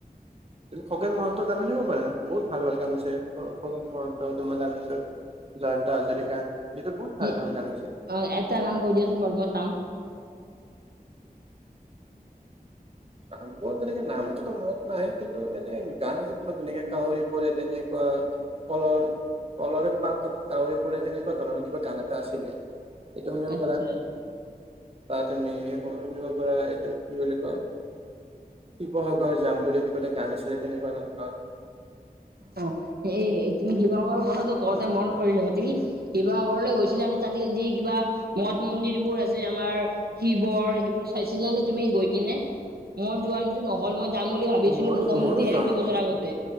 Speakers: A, on the right; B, on the right.
A: তুমি খগেন মহন্তৰ গান শুনিব পাৰা, বহুত ভাল ভাল গান আছে খগেন মহন ত' তোমাৰ তাৰ পিছত জয়ন্ত হাজৰিকা এইটো বহুত
B: কি
A: ভাল ধৰণৰ গান আছে।
B: অ', এটা গান কৈ দিয়াচোন বাৰু মই চাম।
A: কেটা গান বোৰ তেনেকে নামটোতো মনত নাই, কিন্তু এনেই গান হিচাপে যেনেকে কাৱৰী পৰে তেনেকুৱা কলৰ কলৰে পাতাত কাউৰে পৰে তেনেকুৱা ধৰণৰ কিবা গান এটা আছিলে এইটো শুনিব
B: আচ্ছা
A: পৰা বা তুমি‌ শুনিব পাৰা এইটো কি বুলি কয় শিৱসাগৰ যাম বুলি কিবা এটা গান আছিলে তেনেকুৱা ধৰণৰ
B: অ এই তুমি শিৱাগৰৰ কথাটো কওঁতে মন পৰিলে তুমি শিৱসাগৰ লৈ গৈছিলা নে তাতে যি কিবা মঠ মন্দিৰবোৰ আছে আমাৰ শিবৰ সেইবোৰ চাইছিলা নে তুমি গৈ কিনে মই যোৱা টো নহল মই যাম বুলি ভাবিছিলো
A: মোৰো
B: মোটামুটি
A: মোৰো যোৱা
B: এক দুই
A: নহ'ল
B: বছৰ আগত তে